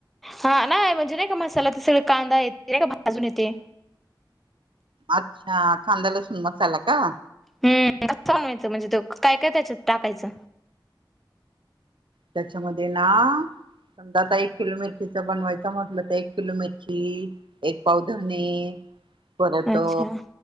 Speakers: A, in the centre; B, on the right (about 85°).
A: हा नाही म्हणजे नाही का मसाला ते सगळे कांदा येते नाही का भाजून येते.
B: अच्छा कांदा लसुण मसाला का?
A: हम्म, कसं बनवायचा म्हणजे ते काय, काय त्याच्यात टाकायच‌.
B: त्याच्यामध्ये ना समजा आता एक किलो मिरचीचं बनवायचं म्हटलं तर एक किलो मिरची एक पाव धने परत
A: अच्छा
B: अ